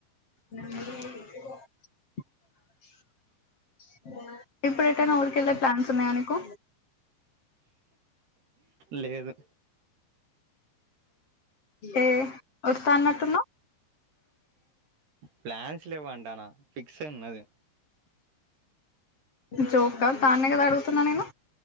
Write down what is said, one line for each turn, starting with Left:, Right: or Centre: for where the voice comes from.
Left: నా మీ <unintelligible> ఇప్పుడు ఎటనా ఉరికెళ్లే ప్లాన్స్ ఉన్నయ నీకు
Right: లేదు
Left: ఏ ఒస్తా అనటున్నావ్
Right: ప్లాట్స్ లేవంటనా ఫిక్స్ ఉన్నది
Left: జోకా దాన్నే కదా అడుగుతున్నా నేను